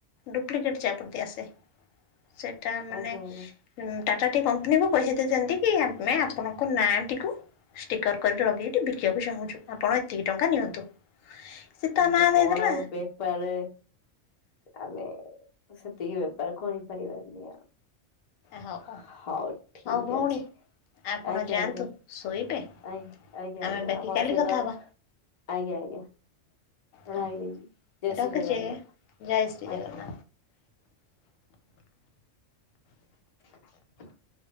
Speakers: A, on the left; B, on the left.
A: ଡୁପ୍ଲିକେଟ୍ ଚା ପତି ଆସେ। ସେଟା ମାନେ
B: ଆଜ୍ଞା ଆଜ୍ଞା
A: ହୁଁ ଟାଟା ଟି କମ୍ପାନୀକୁୁ ପଇସା ଦେଇଥାନ୍ତି କି ଆମେ ଆପଣଙ୍କ ନାଁଟିକୁ ଷ୍ଟିକର କରି ଲଗେଇକି ବିକିବାକୁ ଚାହୁଁଛୁ ଆପଣ ଏତିକି ଟଙ୍କା ନିଅନ୍ତୁ। ସେ ତା
B: କୁହନ୍ତୁ
A: ନାଁ ଦେଇଦେଲା
B: କଣ ବେପାର ରେ ଆମେ ସେତିକି ବେପାର କରି ପାରିବାନି ଆମେ।
A: ହଉ
B: ହଉ ଠିକ
A: ହଉ ଭଉଣୀ
B: ଅଛି।
A: ଆପଣ
B: ଆଜ୍ଞା
A: ଯାଆନ୍ତୁ
B: ଆଜ୍ଞା
A: ଶୋଇବେ
B: ଆ ଆଜ୍ଞା
A: ଆମେ
B: ଆଜ୍ଞା
A: ବାକି
B: ଆପଣ
A: କାଲି
B: ସହିତ
A: କଥା ହବା
B: ଆଜ୍ଞା ଆଜ୍ଞା
A: ହୁଁ।
B: ରହିଲି ଜୟ
A: ରଖୁଛି
B: ଶ୍ରୀ ଜଗନ୍ନାଥ
A: ଆଜ୍ଞା ଜୟ ଶ୍ରୀ ଜଗନ୍ନାଥ।
B: ଆଜ୍ଞା। ହ <inaudible>